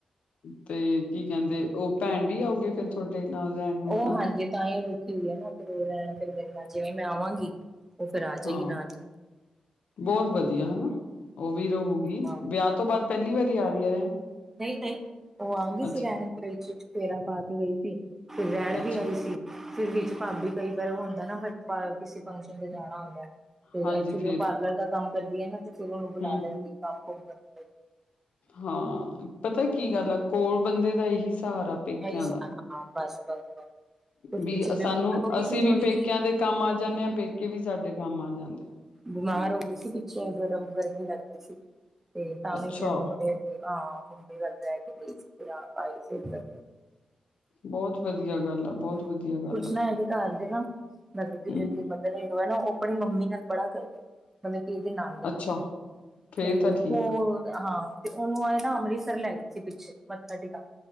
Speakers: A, on the left (about 70°); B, on the right (about 15°).
A: ਤੇ ਕੀ ਕਹਿੰਦੇ ਉਹ ਭੈਣ ਵੀ ਆਉਗੇ ਫਿਰ। ਤੁਹਾਡੇ ਨਾਲ ਰਹਿਣ ਨੂੰ
B: ਉਹ
A: ਹਨਾ
B: ਹਾਂਜੀ ਤਾਂ ਹੀ ਉਹ ਰੁਕੀ ਹੋਈ ਹੈ ਨਾ। ਫਿਰ ਉਹ ਲੈਣ ਫਿਰ ਗ ਜਿਵੇਂ ਮੈਂ ਆਵਾਂਗੀ, ਤੇ ਫੇਰ ਆ ਜਾਏਗੀ
A: ਹਾਂ
B: ਨਾ।
A: ਬਹੁਤ ਵਧੀਆ ਹਨਾ ਉਹ ਵੀ ਰੂਗੀ,
B: ਹਾਂ
A: ਵਿਆਹ ਤੋਂ ਬਾਅਦ ਪਹਿਲੀ ਵਾਰੀ ਆ ਰਹੀ ਹੈ ਰਹਿਣ।
B: ਨਹੀਂ-ਨਹੀਂ, ਉਹ ਆ ਗਈ
A: ਅੱਛਾ
B: ਸੀ ਰਹਿਣ ਦੇ ਵਿੱਚ ਫੇਰਾ ਪਾ ਕੇ ਗਈ ਸੀ ਤੇ ਰਹਿਣ
A: ਅੱਛਾ
B: ਵੀ ਆਈ ਸੀ। ਫਿਰ ਵਿੱਚ ਭਾਬੀ ਕਈ ਵਾਰ ਹੁੰਦਾ ਨਾ ਫ ਕਿਸੇ ਫੰਕਸ਼ਨ ਤੇ ਜਾਣਾ ਹੁੰਦੈ। ਤੇ
A: ਹਾਂਜੀ
B: ਐਕਚੁਲੀ
A: ਫੇਰ
B: ਉਹ ਪਾਰਲਰ ਦਾ ਕੰਮ ਕਰਦੀ ਹੈ ਨਾ ਤੇ ਫਿਰ ਉਹਨੂੰ ਬੁਲਾ
A: ਹੂੰ
B: ਲੈਂਦੀ ਆ ਕੰਮ ਕੁਮ ਕਰਨ ਲਈ।
A: ਹਾਂ ਪਤਾ ਕੀ ਗੱਲ ਆ ਕੋਲ ਬੰਦੇ ਦਾ ਇਹੀ ਸਹਾਰਾ- ਪੇਕਿਆਂ
B: ਹਾਂ
A: ਦਾ
B: ਬਸ-ਬਸ, ਬਸ। ਕੁਛ
A: ਵੀ
B: ਪਿੱਛੇ ਬਿਮਾਰ
A: ਸਾਨੂੰ
B: ਹੋ ਗਈ
A: ਅਸੀਂ
B: ਸੀ ਥੋੜੀ
A: ਵੀ ਪੇਕਿਆਂ
B: ਜਿਹੀ
A: ਦੇ ਕੰਮ ਆ ਜਾਂਦੇ ਹਾਂ ਪੇਕੇ ਵੀ ਸਾਡੇ ਕੰਮ ਆ ਜਾਂਦੇ
B: ਬਿਮਾਰ ਹੋ ਗਈ ਸੀ ਪਿੱਛੇ ਗਰਮ ਗਰਮੀ ਲੱਗ ਗਈ ਸੀ ਤੇ
A: ਆ।
B: ਤਾਂ
A: ਅੱਛਾ
B: ਵੀ ਫਿਰ ਮੰਮੀ ਹਾਂ ਮੰੰਮੀ ਵੱਲ ਲਹਿ ਕੇ ਗਈ ਸੀ ਤੇ ਆਾਈ ਸੀ ਇਧਰ
A: ਬਹੁਤ ਵਧੀਆ ਗੱਲ ਆ ਬਹੁਤ
B: ਕੁੱਛ
A: ਵਧੀਆ ਗੱਲ ਆ
B: ਨਾ ਇਹਦੇ ਘ ਦੇ ਨਾ ਮਤਲਬ ਕਿ
A: ਹੂੰ
B: ਜਿਹੜੀ ਮਦਰ ਹਦੂ ਹੈ ਨਾ ਉਹ ਆਪਣੀ ਮੰਮੀ ਨਾਲ ਪੜਾ ਕਰਦੇਦੀ ਮਤਲਬ ਕਿ ਇਹਦੇ ਨਾਲ ਹੀ
A: ਅੱਛਾ ਫੇਰ
B: ਤੇ
A: ਤਾਂ ਠੀਕ
B: ਉਹ
A: ਆ
B: ਹਾਂ ਤੇ ਉਹਨੂੰ ਆਏ ਨਾ ਅੰਮ੍ਰਿਤਸਰ ਲੈ ਗਈ ਸੀ ਪਿੱਛੇ ਮੱਥਾ ਟੇਕਾ